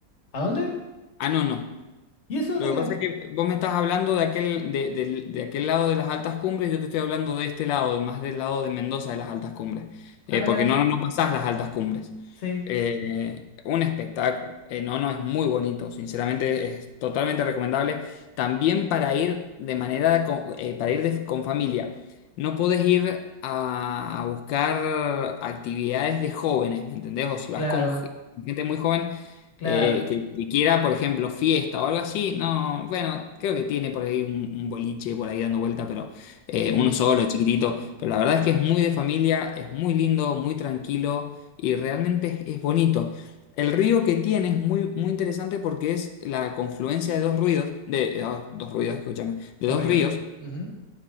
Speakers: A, on the left; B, on the left.
A: ¿a dónde?
B: A Nono.
A: ¿Y eso dónde
B: Lo que
A: queda?
B: pasa es que vos me estás hablando de aquel, de, del- de aquel lado de las altas cumbres, yo te estoy hablando de este lado, de más del lado de Mendoza de las altas cumbres, Eh,
A: Ah, mira,
B: porque no, no pasás las altas cumbres.
A: sí,
B: Eh, un espectáculo, Eh, no, no, es muy bonito, sinceramente es totalmente recomendable. También para ir de manera, con, eh, para ir de- con familia, no podés ir a, a buscar actividades de jóvenes, ¿me entendés? O si
A: claro,
B: vas con ge- gente muy joven,
A: claro,
B: eh, que, que quiera, por ejemplo, fiesta o algo así, no, bueno, creo que tiene por ahí un, un boliche por ahí dando vuelta, pero eh,
A: sí.
B: uno solo, chiquitito, pero la verdad es que es muy de familia, es muy lindo, muy tranquilo y realmente es, es bonito. El río que tiene es muy, muy interesante porque es la confluencia de dos ruidos, de, eh, ah, dos ruidos, escúchame, de
A: Los
B: dos
A: ríos.
B: ríos,
A: Ujú,